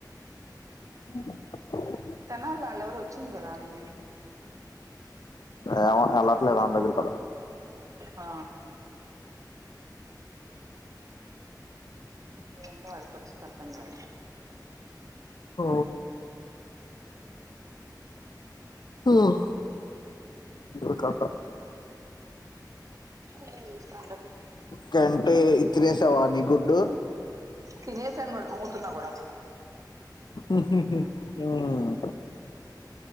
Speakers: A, on the left; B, on the right.
A: హ
B: తెనళ్ వాళ్ళెవరో వచ్చింది కదా మీ
A: ఏమొ ఎలాట్లే వని దగ్గరికి కూడ
B: ఆ ఏందో అడపడ్చ్చుతో అర్ధం కాదు
A: ఒ మ్ ఇది కత
B: ఇది సంగతి
A: కంటే ఇతినేసవానీ గుడ్డు
B: తినేసాను కూడ తోమూతున్నా కూడా
A: మ్ హు మ్